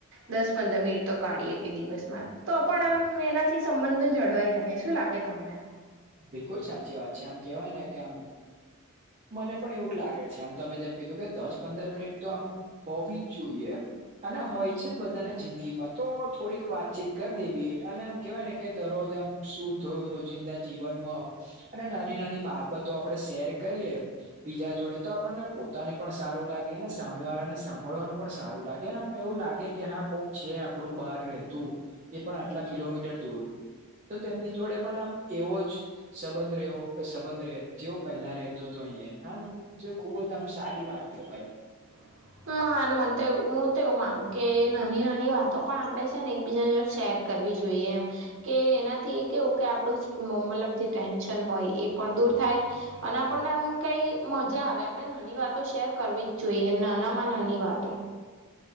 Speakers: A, on the right (about 60°); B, on the right (about 35°).
A: દસ પંદર મિનિટ તો કાઢીએ કે દિવસમાં તો પણ આમ એનાથી સંબંધો જળવાઈ રહે શું લાગે તમને?
B: બિલકુલ સાચી વાત છે આમ કેવાય ને કે આમ મને પણ એવું જ લાગે છે આમ તમે જેમ કીધું કે દસ પંદર મિનિટ તો આમ હોવી જ જોઈએ. અને હોય છે જ બધાના જિંદગીમાં તો થોડીક વાતચીત કરી દેવી અને એમ કેવાયને કે દરરોજ આમ શું થયું રોજિંદા જીવનમાં અને નાની નાની બાબતો આપડે શેર કરીએ બીજા જોડે તો આપણને પોતાને પણ સારું લાગે અને સામેવાળાને સાંભળવાનું પણ સારું લાગે આને એવું લાગે કે હા કોક છે આપડું બહાર રહેતું એ પણ આટલા કિલોમીટર દૂર તો તેમની જોડે પણ એવો જ સંબંધ રેવો સંબંધ રે જેવો પહેલા રેતો તો અહી આમ, જો ખુબ જ આમ સારી વાત કેવાય.
A: <inaudible> માન મને તો એવું મું તો એવું માનું કે નાની નાની વાતો પણ આપડે છે ને એકબીજા જોડ શેર કરવી જોઈએ એમ. કે એનાથી કેવું કે આપણું મતલબ જે ટેન્શન હોય એ પણ દૂર થાય. અને આપણને આમ કઈ મજા આવે આપણે નાની વાતો શેર કરવી જ જોઈએ નાના માં નાની વાતો.